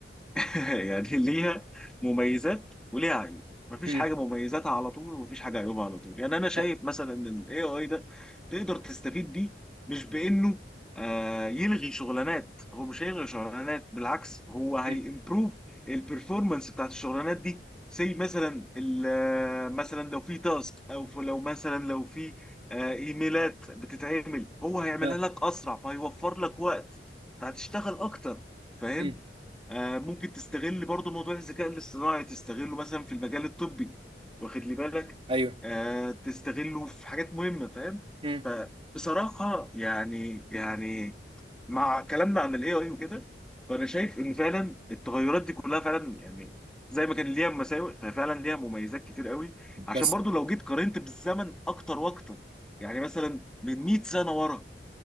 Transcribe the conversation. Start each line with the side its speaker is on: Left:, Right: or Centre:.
Centre: <laughs> يعني ليها مميزات وليها عيوب مفيش
Right: هم.
Centre: حاجة مميزاتها على طول ومفيش حاجة عيوبها على طول يعني أنا شايف
Right: صح
Centre: مثلا إن ال AI ده تقدر تستفيد بيه مش بإنه آه يلغي شغلانات هو مش هيلغي شغلانات بالعكس هو هيمبروف
Right: هم.
Centre: البرفورمانس بتاعت الشغلانات دي زي مثلا ال- آه، مثلا لو في تاسك او في- لو مثلا لو في آه، ايميلات بتتعمل هو هيعملها
Right: آه.
Centre: لك اسرع فهيوفر لك وقت فهتشتغل اكتر فاهم
Right: هم.
Centre: آه، ممكن تستغل برضو موضوع الذكاء الاصطناعي تستغله مثلا في المجال الطبي واخد لي بالك
Right: ايوه
Centre: آه، تستغله في حاجات مهمة فاهم
Right: مم.
Centre: فبصراحة يعني يعني مع كلامنا عن الاي اي وكده فانا شايف ان فعلا التغيرات دي كلها فعلا يعني زي ما كان ليها مساوئ ففعلا ليها مميزات كتير قوي
Right: بس
Centre: عشان برضو لو جيت قارنت بالزمن اكتر واكتر يعني مثلا من 100 سنة ورا